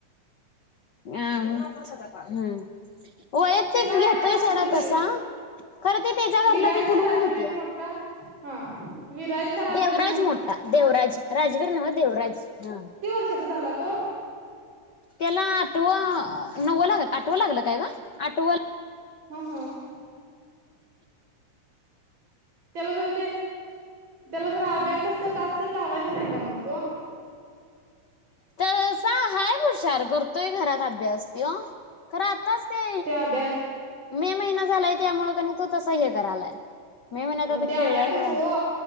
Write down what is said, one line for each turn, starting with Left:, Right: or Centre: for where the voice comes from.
Left: हम हम्. वयक्तिक
Right: त्याला आहे
Left: घेतोय
Right: ना तुमच्या
Left: सोडा तसा. खरं ते त्याच्या
Right: विराज
Left: घरला ते बुलवून
Right: का राजवीर
Left: घेत्या.
Right: मोठा हा विराज का राजवीर
Left: देवराज मोठा देवराज राजवीर नव्ह देवराज हा.
Right: किती वर्षाचा झाला तो?
Left: तेला आट
Right: <unintelligible>
Left: कितवा लागलं आठव लागलं काय ग? आठवा.
Right: हम्म हम्म. तेला जरा ते त्याला जर आब्याकस तास तेन लावायचं नाही का मग तू.
Left: तसा हाय हुशार करतोय घरात अभ्यास तो. खरं आत्ताच ते
Right: त्या अभ्या
Left: मे महिना झालाय त्यामुळे तो तस हे करायलाय. मे महिन्यात
Right: अ
Left: आता
Right: ते
Left: खेळलेलो
Right: आब्याकस ओ